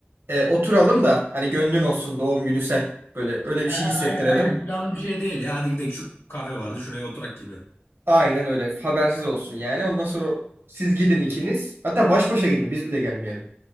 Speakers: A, on the right; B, on the left.
A: e, oturalım da hani gönlün olsun doğum günü sen böyle öyle bir
B: He,
A: şey
B: he,
A: hissettirelim.
B: aynen aynen planlı bir şey değil ya. Hadi gidelim şu kafe vardı şuraya oturak gibi.
A: Aynen öyle habersiz olsun yani ondan sonra siz gidin ikiniz hatta baş başa gidin biz bile gelmeyelim.